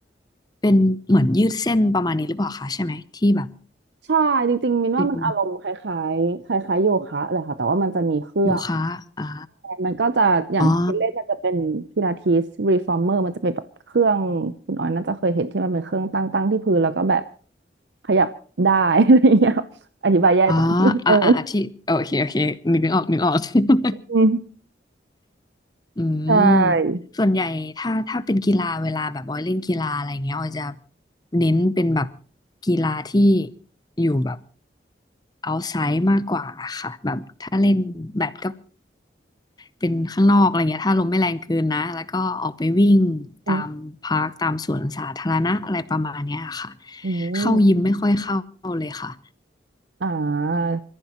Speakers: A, on the left; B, on the right.
A: เป็นเหมือนยืดเส้นประมาณนี้หรือเปล่าคะใช่ไหมที่แบบ
B: ใช่จริงๆมินว่ามันอารมณ์คล้ายๆคล้ายๆโยคะเลยค่ะแต่ว่ามันจะมีเครื่อง
A: เป็นโยคะอ่า
B: มันก็จะอย่างที่เล่นมันจะเป็นพิลาทิสรีฟอร์เมอร์มันจะเป็นแบบเครื่องคุณออยน่าจะเคยเห็นที่มันเป็นเครื่องตั้งตั้งที่พื้นแล้วก็แบบ
A: อ๋อ
B: ขยับได้ <laughs> อะไรอย่างเงี้ยครับอธิบายแย่แต่เออ
A: อ๋ออ่าอ่าอ่าที่โอเคโอเคนึกนึกออกนึกออก <laughs>
B: อืม
A: อืม
B: ใช่
A: ส่วนใหญ่ถ้าถ้าเป็นกีฬาเวลาแบบออยเล่นกีฬาอะไรเงี้ยออยจะเน้นเป็นแบบกีฬาที่อยู่แบบ outside มากกว่าค่ะแบบถ้าเล่นแบดก็เป็นข้างนอกอะไรเงี้ยถ้าลมไม่แรงเกินนะ แล้วก็ออกไปวิ่ง
B: อืม
A: ตามพาร์คตามสวนสาธารณะอะไรประมาณเนี้ยค่ะ
B: อืม
A: เข้ายิมไม่ค่อยเข้าเลยค่ะ
B: อ่า